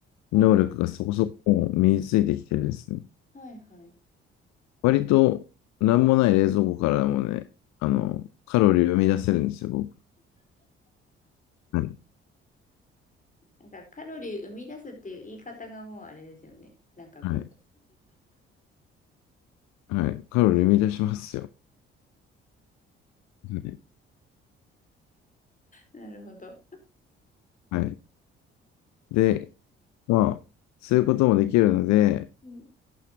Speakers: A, on the left; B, on the left.
A: あ、
B: 能力がそこそこ身についてきてるんですね。
A: はいはい。
B: 割と、なんもない冷蔵庫からもね、あの、カロリーを生み出せるんですよ、僕。はい。
A: なんかカロリー生み出すっていう言い方がもうあれですよね。なんかこ
B: はい。はい。カロリー生み出しますよ。はい。
A: う。なるほど。
B: はい。で、まあ、そういうこともできるので、
A: うん。